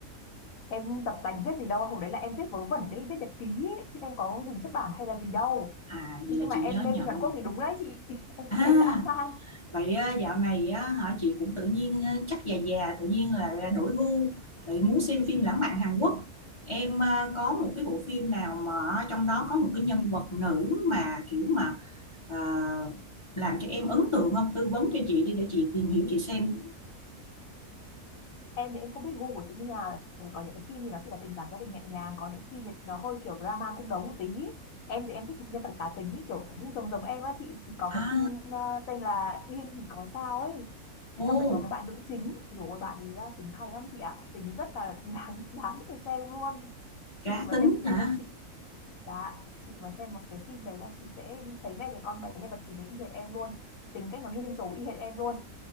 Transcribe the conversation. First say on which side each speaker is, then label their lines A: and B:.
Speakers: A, on the left; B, on the left.
A: em tập tành viết gì đâu hồi đấy là em viết vớ vẩn đấy viết nhật ký ấy. chứ em có dùng xuất bản hay là gì đâu
B: À vậy
A: nhưng
B: là
A: mà
B: chị
A: em
B: nhớ
A: mê
B: nhầm.
A: phim Hàn Quốc thì đúng đấy chị <laughs> em
B: À
A: mê dã man
B: Vậy à, dạo này á, hả chị cũng tự nhiên à, chắc già già tự nhiên là đổi gu lại muốn xem phim lãng mạn Hàn Quốc. Em à, có một cái bộ phim nào mà trong đó có một cái nhân vật nữ mà kiểu mà à, làm cho em ấn tượng không? Tư vấn cho chị đi để chị tìm hiểu chị xem.
A: Em thì em không biết gu của chị như nào, có những cái phim thì nó chỉ là tình cảm gia đình nhẹ nhàng, có những phim thì nó hơi kiểu drama cung đấu một tí. Em thì em thích những nhân vật cá tính ấy, kiểu cũng giống giống em á chị, thì có
B: À,
A: cái phim ờ, tên là Điên thì có sao ấy.
B: ô,
A: Thì trong đấy có cái bạn nữ chính, rồi bạn ấy á, tính hay lắm chị ạ, tính rất là <laughs> đáng đáng để xem luôn.
B: cá
A: Chị mà
B: tính
A: xem phim đấy
B: hả?
A: là chị là chị mà xem một cái phim đấy là chị sẽ thấy ngay cái con bé nhân vật chính đấy y hệt em luôn, tính cách nó điên rồ y hệt em luôn.